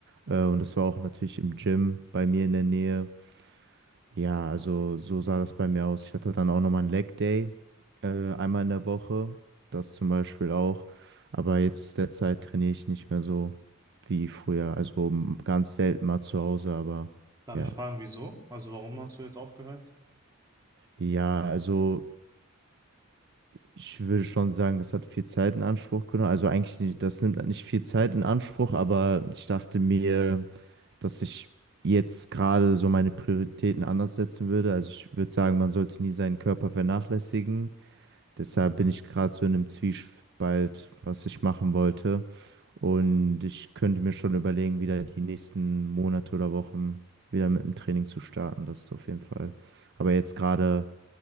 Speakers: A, on the right; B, on the right.
A: Äh, und das war auch natürlich im Gym bei mir in der Nähe. Ja, also so sah das bei mir aus. Ich hatte dann auch nochmal einen Leg Day, äh, einmal in der Woche. Das zum Beispiel auch. Aber jetzt derzeit trainiere ich nicht mehr so wie früher. Also m- ganz selten mal zu Hause, aber
B: Darf
A: ja.
B: ich fragen, wieso? Also warum hast du jetzt aufgehört?
A: Ja, also Ich würde schon sagen, das hat viel Zeit in Anspruch genommen. Also eigentlich nicht, das nimmt nicht viel Zeit in Anspruch, aber ich dachte mir, dass ich jetzt gerade so meine Prioritäten anders setzen würde. Also ich würde sagen, man sollte nie seinen Körper vernachlässigen. Deshalb bin ich gerade so in einem Zwiespalt, was ich machen wollte. Und ich könnte mir schon überlegen, wieder die nächsten Monate oder Wochen wieder mit dem Training zu starten. Das ist auf jeden Fall. Aber jetzt gerade